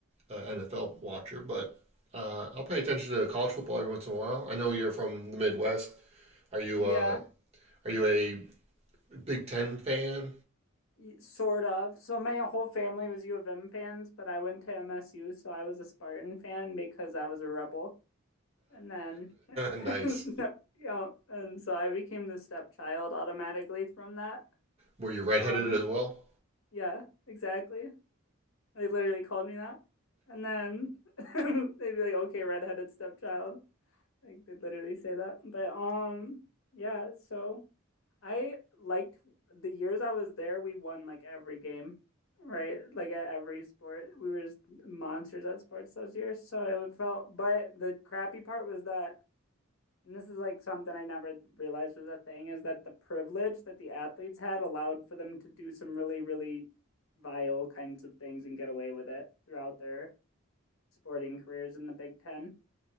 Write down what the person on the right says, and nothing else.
uh, NFL watcher. But uh, I'll pay attention to college football every once in a while. I know you're from the Midwest. Are you
uh, Are you a Big Ten fan?
<laughs> nice.
Were you redheaded
as well?